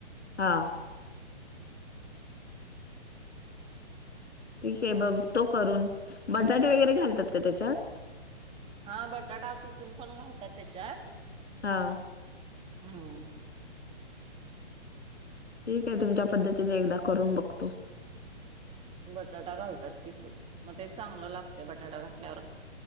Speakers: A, on the left; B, on the right.
A: हा. ठीक आहे, बघतो करून. बटाटे वगैरे घालतात का त्याच्यात?
B: हा, बटाटा खिसून पण घालतात त्याच्यात.
A: हा.
B: हम.
A: ठीक आहे, तुमच्या पद्धतीने एकदा करून बघतो.
B: बटाटा घालतात किसून, मग ते चांगलं लागते बटाटा घातल्यावर.